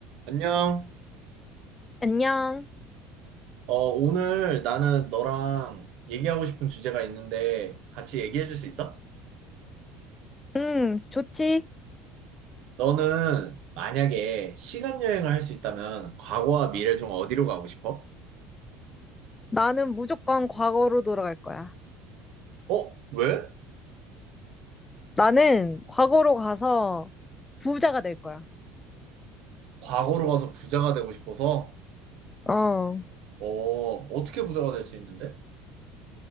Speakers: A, on the right (about 65°); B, on the left (about 25°).
A: 안녕.
B: 안녕.
A: 어, 오늘 나는 너랑 얘기하고 싶은 주제가 있는데 같이 얘기해 줄 수 있어?
B: 음, 좋지.
A: 너는 만약에 시간 여행을 할 수 있다면 과거와 미래 중 어디로 가고 싶어?
B: 나는 무조건 과거로 돌아갈 거야.
A: 어, 왜?
B: 나는 과거로 가서 부자가 될 거야.
A: 과거로 가서 부자가 되고 싶어서?
B: 어.
A: 어, 어떻게 부자가 될 수 있는데?